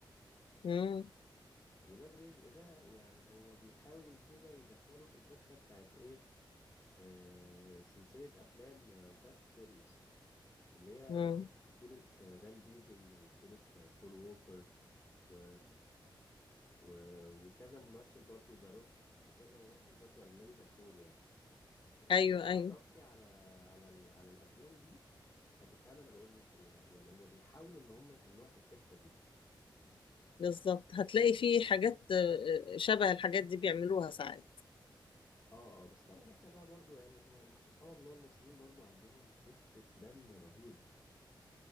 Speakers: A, on the left; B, on the left.
A: مم.
B: ولاد رزق ده يعني هو بيحاول كده يدخله في الحتة بتاعت ايه آه، سلسلة افلام فاست فيريوس اللي هي
A: مم.
B: كانت بطولة آه، فان ديزل وبطولة آه، بول ووكر و... و... وكذا ممثل برضو ذا روك وكذا ممثل برضو اجنبي مشهور يعني لو
A: أيوه
B: اتفرجتي
A: أيوه
B: على على ال- على الافلام دي هتفهمي انا بقول لك ايه يعني هما بيحاولوا ان هما يخلوها في الحتة دي
A: بالظبط هتلاقي في حاجات آه، آه، شبه الحاجات دي بيعملوها ساعات
B: اه اه بس طبعا احنا بقى برضو يعني احنا سبحان الله المصريين برضو عندهم خفة دم رهيبة